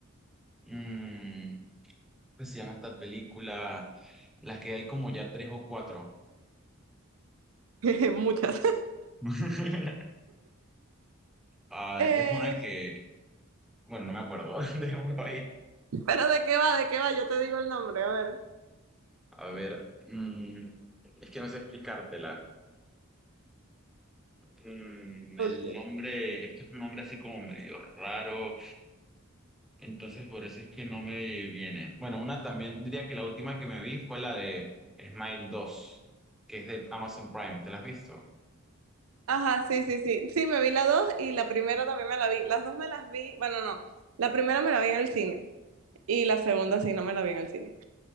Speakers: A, in the centre; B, on the right.
A: mm, ¿cómo se llama esta película? Las que hay como ya tres o cuatro.
B: <laughs> Muchas.
A: <laughs> Ah,
B: Eh,
A: es una que, bueno, no me acuerdo, <laughs> dejémoslo ahí.
B: pero ¿de qué va? ¿De qué va? Yo te digo el nombre, a ver.
A: A ver, mm, es que no sé explicártela. Mm,
B: Ok.
A: el nombre, es que es un nombre así como medio raro, entonces por eso es que no me viene. Bueno, una también, diría que la última que me vi fue la de Smile dos que es de Amazon Prime, ¿te la has visto?
B: Ajá, sí, sí, sí. Sí, me vi la dos y la primera también me la vi. Las dos me las vi, bueno, no. La primera me la vi en el cine y la segunda sí, no me la vi en el cine.